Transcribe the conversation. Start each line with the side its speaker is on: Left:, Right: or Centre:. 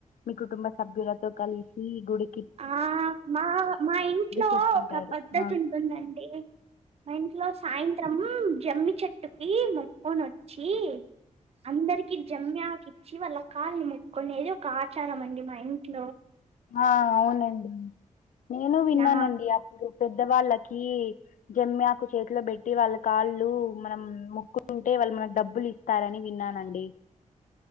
Left: మీ కుటుంబ సభ్యులతో కలిసి గుడి
Right: ఆ మా మా ఇంట్లో
Left: చేసుకుంటారు
Right: ఒక పద్ధతి
Left: ఆ
Right: ఉంటుందండి, మా ఇంట్లో సాయంత్రం జమ్మి చెట్టుకి ముక్కొన్ వచ్చి అందరికి జమ్యాకి చి వల్ల కాళ్ళు ముక్కొనేది ఒక ఆచారం అండి మా ఇంట్లో
Left: ఆ అవునండి నేను విన్నానండి
Right: నా
Left: అప్పుడు పెద్ పెద్దవాళ్ళకి జమ్మి ఆకు చేతిలో పెట్టి వాళ్ళ కాళ్ళు మనం ముక్కుతుంటే వాళ్ళు మనకు డబ్బులు ఇస్తారని విన్నానండి.